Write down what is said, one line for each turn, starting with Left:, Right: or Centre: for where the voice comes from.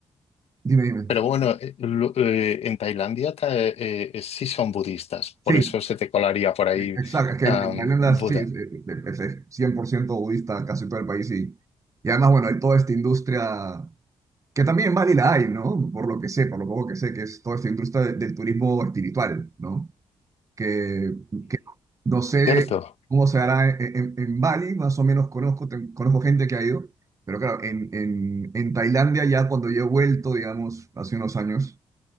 Right: dime, dime.
Left: pero bueno, eh, lo- eh, en Tailandia ta- eh, eh, sí son budistas,
Right: Sí,
Left: por eso se te colaría por ahí,
Right: eh, exacto. Es que
Left: am,
Right: en Tailandia
Left: Buda.
Right: sí, es eh, eh, es- es 100% budista casi todo el país. Y, y además, bueno, hay toda esta industria, que también en Bali la hay, ¿no? Por lo que sé, por lo poco que sé, que es toda esta industria de- del turismo espiritual, ¿no? Que, que no sé
Left: ¿Cierto?
Right: cómo se hará en, en- en Bali, más o menos conozco, ten- conozco gente que ha ido, pero claro, en, en, en Tailandia ya cuando yo he vuelto, digamos, hace unos años.